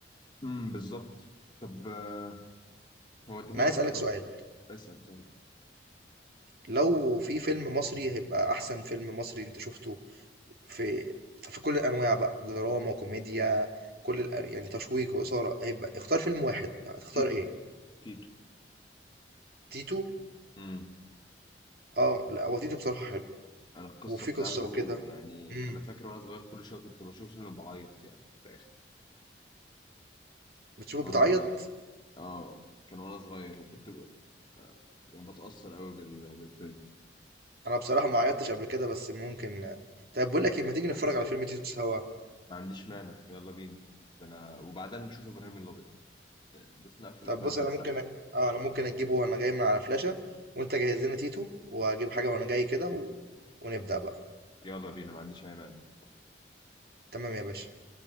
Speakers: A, on the left (about 25°); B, on the right (about 55°).
A: امم بالظبط طب آه، هو انت مين
B: انا عايز
A: اكتر
B: اسالك مم. سؤال
A: اسال طب
B: لو في فيلم مصري هيبقى احسن فيلم مصري انت شفته في في كل الانواع بقى دراما كوميديا كل الأ- يعني تشويق واثاره هيبقى اختار فيلم واحد هتختار
A: تيتو
B: ايه
A: تيتو
B: تيتو
A: امم
B: اه لا هو تيتو بصراحه حلو
A: انا القصه
B: وفي
A: بتاعته
B: قصه وكده
A: يعني
B: امم
A: انا فاكر وانا صغير كل شويه كنت بشوف فيلم بعيط يعني في الاخر
B: بتشوفه
A: وانا
B: بتعيط
A: صغير اه كان وانا صغير وكنت ب- يعني بتاثر قوي بال... بالفيلم
B: انا بصراحه ما عيطتش قبل كده بس ممكن طيب بقول لك ايه ما تيجي نتفرج
A: لا، بس
B: على فيلم تيتو سوا
A: ما عنديش مانع يلا بينا ده انا وبعدين نشوف ابراهيم الابيض بس نقفل
B: طب
A: افلام
B: بص
A: احمد
B: انا ممكن
A: سقا
B: أ... اه انا ممكن اجيبه وانا جاي من على فلاشه وانت جهز لنا تيتو واجيب حاجه وانا جاي كده و... ونبدا بقى
A: يلا بينا ما عنديش اي مانع
B: تمام يا باشا